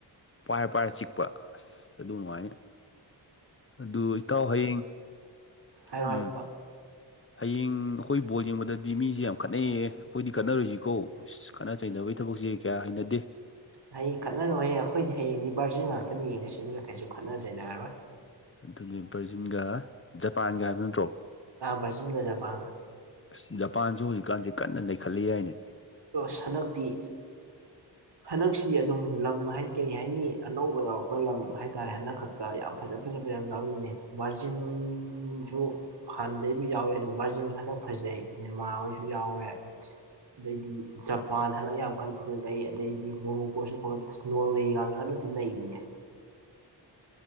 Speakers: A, on the left; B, on the right.
A: ꯄꯥꯏꯔ ꯄꯥꯏꯔ ꯆꯤꯛꯄ ꯑꯁ ꯑꯗꯨ ꯅꯨꯡꯉꯥꯏꯅꯤ ꯑꯗꯨ ꯏꯇꯥꯎ ꯍꯌꯦꯡ
B: ꯍꯥꯏꯔꯣ
A: ꯎꯝ
B: ꯍꯥꯏꯔꯣ ꯏꯇꯥꯎ
A: ꯍꯌꯦꯡ ꯑꯩꯈꯣꯏ ꯕꯣꯜ ꯌꯦꯡꯕꯗꯗꯤ ꯃꯤꯁꯦ ꯌꯥꯝ ꯈꯠꯅꯩꯌꯦ ꯑꯩꯈꯣꯏꯗꯤ ꯈꯠꯅꯔꯨꯁꯤꯀꯣ ꯑ ꯈꯠꯅ ꯆꯩꯅꯕꯒꯤ ꯊꯕꯛꯁꯦ ꯀꯌꯥ ꯍꯩꯅꯗꯦ
B: ꯍꯌꯦꯡ ꯈꯠꯅꯔꯣꯏ ꯍꯌꯦꯡ ꯑꯩꯈꯣꯏꯗꯤ ꯍꯌꯦꯡꯗꯤ ꯕꯥꯔꯖꯤꯂꯤꯟ ꯉꯥꯛꯇꯅꯤ ꯌꯦꯡꯗꯣꯏꯁꯤ ꯑꯗꯨꯅ ꯀꯩꯁꯨ ꯈꯠꯅ ꯆꯩꯅꯔꯔꯣꯏ
A: ꯑꯗꯨꯅꯦ ꯕ꯭ꯔꯔꯖꯤꯟꯒ ꯖꯄꯥꯟꯒ ꯍꯥꯏꯕ ꯅꯠꯇ꯭ꯔꯣ
B: ꯚꯥꯔꯖꯤꯟꯒ ꯖꯄꯥꯟꯒ
A: ꯑꯁ ꯖꯄꯥꯟꯁꯨ ꯍꯧꯖꯤꯛꯀꯥꯟꯁꯦ ꯀꯟꯅ ꯅꯩꯈꯠꯂꯤ ꯍꯥꯏꯏꯅꯦ
B: ꯗꯣ ꯁꯟꯗꯛꯇꯤ ꯍꯟꯗꯛꯁꯤ ꯑꯗꯨꯝ ꯂꯝ ꯍꯥꯏ ꯀꯩ ꯍꯥꯏꯅꯤ ꯑꯅꯧꯕ ꯌꯥꯎꯔꯛꯄ ꯂꯝ ꯍꯥꯏꯇꯥꯔꯦ ꯍꯟꯗꯛ ꯈꯛꯇ ꯌꯥꯝ ꯐꯖꯕ ꯐꯖꯕ ꯌꯥꯝ ꯌꯥꯎꯔꯤꯅꯦ ꯕꯥꯔꯖꯤꯟꯁꯨ ꯍꯥꯟꯗꯩꯕ ꯌꯥꯎꯋꯤ ꯑꯗꯨꯝ ꯕꯥꯔꯖꯤꯟꯁꯨ ꯍꯟꯗꯛ ꯐꯖ ꯃꯃꯥꯔ ꯌꯥꯎꯔꯦ ꯑꯗꯩꯗꯤ ꯖꯄꯥꯟ ꯍꯟꯗ ꯌꯥꯝ ꯀ ꯐ ꯑꯗꯩꯗꯤ ꯃꯣꯔ ꯀꯁꯨ ꯐ ꯅꯣꯔꯋꯦꯁꯨ ꯍꯥꯏꯅꯤ ꯅꯩꯔꯤꯅꯦ